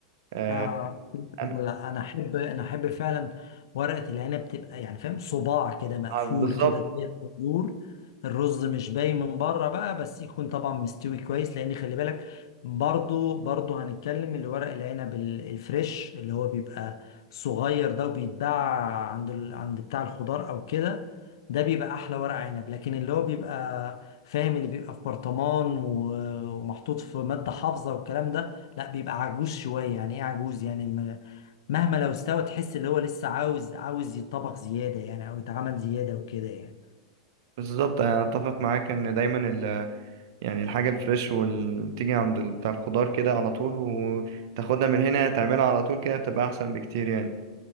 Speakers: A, on the right; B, on the left.
A: آه
B: آه
A: أنا-
B: لا انا احب انا احب فعلا ورقه العنب تبقى يعني فاهم صباع كده مقفول
A: آه، بالظبط
B: كده زي الصدور الرز مش باين من بره بقى بس يكون طبعا مستوي كويس لان خلي بالك برضو برضو هنتكلم اللي ورق العنب ال- الفريش اللي هو بيبقى صغير ده وبيتباع عند ال... عند بتاع الخضار او كده ده بيبقى احلى ورق عنب لكن اللي هو بيبقى فاهم اللي بيبقى في برطمان و- ومحطوط في ماده حافظه والكلام ده لا بيبقى عجوز شوية يعني ايه عجوز يعني م- مهما لو استوى تحس اللي هو لسه عاوز عاوز يتطبخ زيادة يعني او يتعمل زيادة وكده يعني
A: بالظبط انا اتفق معاك ان دايما يعني الحاجة الفريش واللي بتيجي عند ال- بتاع الخضار كده على طول وتاخدها من هنا تعملها على طول كده بتبقى أحسن بكتير يعني